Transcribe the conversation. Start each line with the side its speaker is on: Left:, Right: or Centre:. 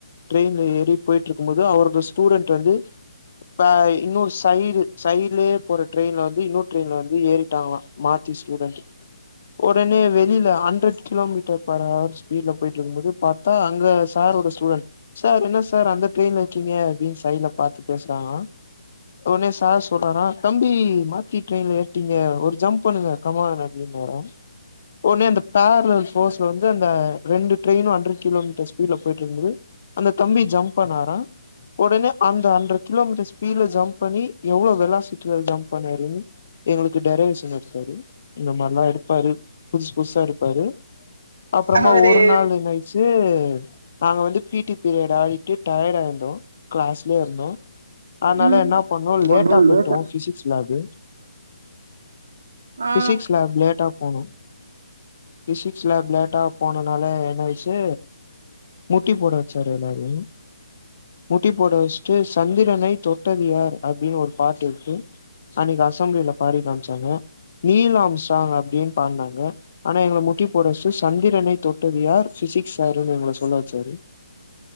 Left: ட்ரெயின்ல ஏறி போயிட்ருக்கும் போது அவரோட ஸ்டூடண்ட் வந்து ப இன்னொரு சைடு சைட்லயே போற ட்ரெயின்ல வந்து இன்னொரு ட்ரெயின்ல வந்து ஏறிட்டாங்களா மாத்தி ஸ்டூடண்ட்டு ஒடனே வெளில ஹண்ட்ரட் கிலோமீட்டர் பர் அவர் ஸ்பீட்ல போயிட்ருக்கும் போது பா த்தா அங்க சார் ஓட ஸ்டூடண்ட் சார் என்ன சார் அந்த ட்ரெயின்ல இருக்கீங்க அப்டின் சைட்ல பாத்து பேசுனாங்களா ஒடனே சார் சொல்றாரா தம்பி மாத்தி ட்ரெயின்ல ஏற்ட்டீங்க ஒரு ஜம்ப் பண்ணுங்க கமான் அப்டின்னாரா ஒன்னே அந்த பேரலல் ஃபோர்ஸ்ல வந்து அந்த ரெண்டு ட்ரெயினு ஹண்ட்ரட் கிலோமீட்டர் ஸ்பீட்ல போயிட்ருக்கும்போது அந்த தம்பி ஜம்ப் பண்ணாரா ஒடனே அந்த ஹண்ட்ரட் கிலோமீட்டர் ஸ்பீட்ல ஜம்ப் பண்ணி எவ்ளோ வெலாசிட்டில ஜம்ப் பண்ணாரு எங்களுக்கு டெரவேஷன் எடுத்தாரு இந்த மார்லா எடுப்பாரு புதுசு புதுசா எடுப்பாரு அப்றமா
Right: அவரு
Left: ஒரு நாளு இன்னா ஆயி ச்சு நாங்க வந்து பி டி பீரியட் ஆடிட்டு டயடாயிந்தோ கிளாஸ்லயே இருந்தோ அதனால
Right: ம்
Left: என்னா பண்ணோ லேட்டா
Right: ஒன்னு இல்ல
Left: போயிட்டோ ஃபிசிக்ஸ் லேபு
Right: ஆ
Left: ஃபிசிக்ஸ் லேப் லேட்டா போனோ ஃபிசிக்ஸ் லேப் லேட்டா போனனால என்ன ஆயிச்சு முட்டிப் போட வச்சார் எல்லாரயு முட்டிப் போட வச்ட்டு சந்திரனை தொட்டது யார் அப்டின்னு ஒரு பாட்டு‌ இருக்கு அன்னக்கி அசம்ப்ளில பாடி காம்ச்சாங்க நீல் ஆம்ஸ்ட்ராங் அப்டின் பாட்னாங் க ஆனா எங்கள முட்டி போட வச்ட்டு சந்திரனை தொட்டது யார் ஃபிசிக்ஸ் சாருன்னு எங்கள சொல்ல வச்சாரு